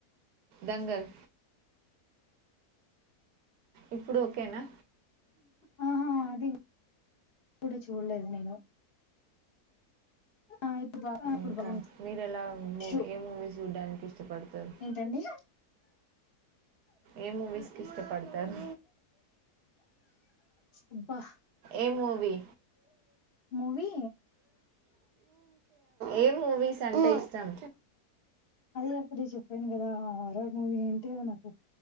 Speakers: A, on the right (about 80°); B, on the left (about 45°).
A: దంగల్ ఇప్పుడు ఓకేనా
B: ఆ అ అది కు కూడ చూడలేదు నేను ఆ ఇప్పుడు బా ఇప్పుడు
A: ఇంకా
B: బా
A: మీరు ఎలా మూవి
B: షో
A: ఏ మూవీస్ చూడ్డానికి ఇష్టపడుతరు
B: ఏంటండి
A: ఏ మూవిస్కి ఇష్టపడుత్ టర్
B: అబ్బా
A: ఏ మూవీ
B: మూవీ
A: ఏ మూవీస్ అంటే ఇష్టం
B: అదే అప్పుడు చెప్పాను కదా హరర్ మూవీ అంటే నాకు